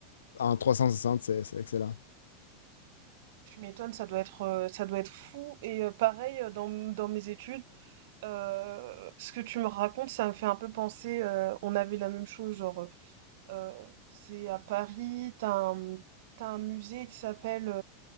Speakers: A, on the left; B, on the right.
A: en trois cent soixante c'est c'est excellent.
B: Tu m'étonnes, ça doit être, euh, ça doit être fou. Et euh, pareil, euh, dans, m- dans mes études, euh, ce que tu me racontes, ça me fait un peu penser, euh, on avait la même chose, genre, euh, c'est à Paris, t'as un, t'as un musée qui s'appelle